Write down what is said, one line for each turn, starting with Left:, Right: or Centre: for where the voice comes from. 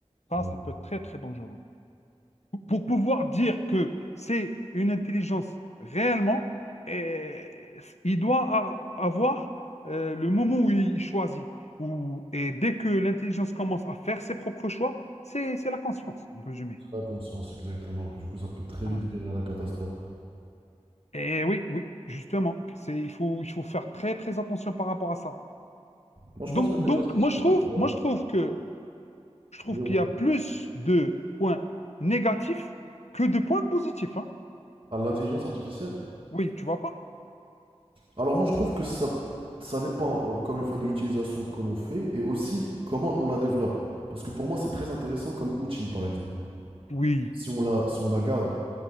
Left: Ça,
Right: Ouais.
Left: ça peut être très, très dangereux. pour pouvoir dire que c'est une intelligence réellement, et il doit a- avoir euh, le moment où il choisit. Où- et dès que l'intelligence commence à faire ses propres choix, c'est c'est la conscience, en résumé.
Right: La conscience, exactement. Du coup, ça peut très
Left: Voilà.
Right: vite virer à la catastrophe.
Left: Et oui, oui, justement, c'est, il faut, il faut faire très, très attention par rapport à ça.
Right: Moi, je
Left: Donc,
Right: pense que l'intelligence
Left: donc
Right: artificielle,
Left: moi, je trouve,
Right: ouais,
Left: moi, je trouve que, je trouve
Right: zéro.
Left: qu'il y a plus de points négatifs que de points positifs, hein.
Right: À l'intelligence artificielle.
Left: Oui, tu vois pas?
Right: Alors, moi, je trouve que ça, ça dépend, encore une fois, de l'utilisation que l'on fait et aussi comment on la développe. Parce que pour moi, c'est très intéressant comme outil, par exemple.
Left: Oui.
Right: Si on la, si on la garde